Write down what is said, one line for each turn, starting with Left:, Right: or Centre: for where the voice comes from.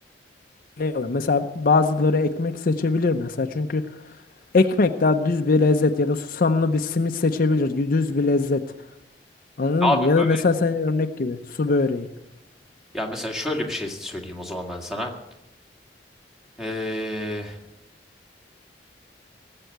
Left: ne alır. Mesela bazıları ekmek seçebilir mesela. Çünkü ekmek daha düz bir lezzet ya da susamlı bir simit seçebilir. Düz bir lezzet. Anladın
Centre: Abi
Left: mı? Ya
Centre: böyle-
Left: da mesela sen örnek gibi su böreği.
Centre: ya mesela şöyle bir şey söyleyeyim o zaman ben sana. Ee,